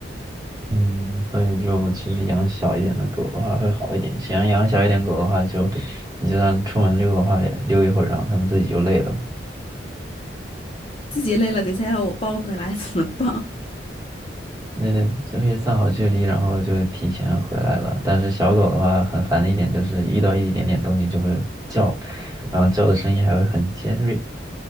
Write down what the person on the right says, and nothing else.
嗯，所以就其实养小一点的狗的话会好一点。想要养小一点狗的话就，你就算出门溜的话，也溜一会儿，然后它们自己就累了。
那就就可以算好距离，然后就提前回来了。但是小狗的话，很烦的一点就是遇到一点点动静就会叫，然后叫的声音还会很尖锐。